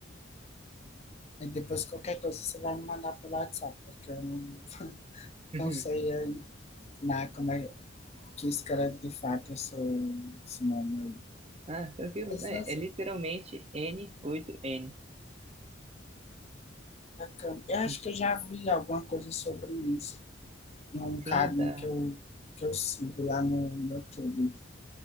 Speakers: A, on the left (about 35°); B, on the right (about 30°).
A: E depois qualquer coisa você vai me mandar pelo WhatsApp, porque eu não,
B: <laughs>
A: não sei aí, né, como é que escreve de fato esse, esse nome. aí.
B: Ah, tranquilo,
A: Mas,
B: né?
A: nossa,
B: É literalmente N8N.
A: bacana. Eu
B: <laughs>
A: acho que eu já vi alguma coisa sobre isso. É um
B: Sim,
A: carinha
B: tá.
A: que eu, que eu sigo lá no, no YouTube.